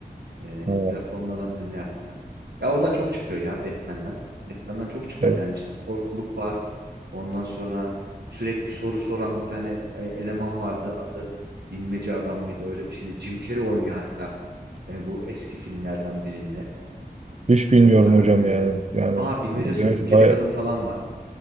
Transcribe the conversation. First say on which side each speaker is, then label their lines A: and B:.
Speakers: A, on the right; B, on the right.
A: e,
B: Ha,
A: platformlardan birine yaptılar. Ya oradan çok çıkıyor ya Batman'den. Batman'den çok çıkar
B: evet.
A: yani işte korkuluk var. Ondan sonra sürekli soru soran bir tane e, eleman vardı. Adı bilmece adam mıydı öyle bir şeydi. Jim Carrey oynuyor hatta e, bu eski filmlerden birinde
B: Hiç bilmiyorum
A: o karakteri.
B: hocam yani. Yani
A: Aa bilmece soruyor.
B: diyorum ki
A: Kedi
B: bayağı...
A: kadın falan var.